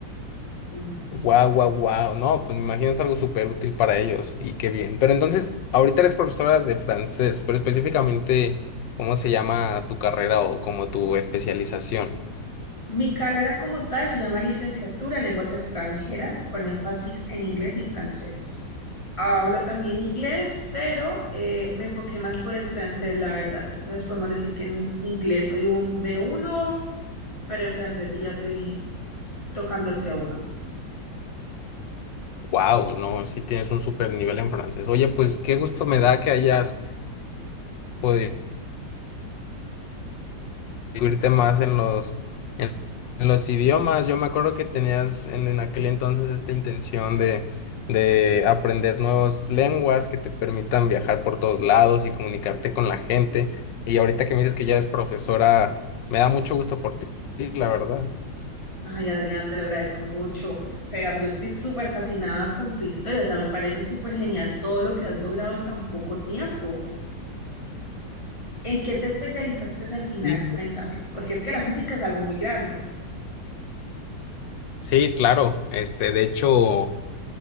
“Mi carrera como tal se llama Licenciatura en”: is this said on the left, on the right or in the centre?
Left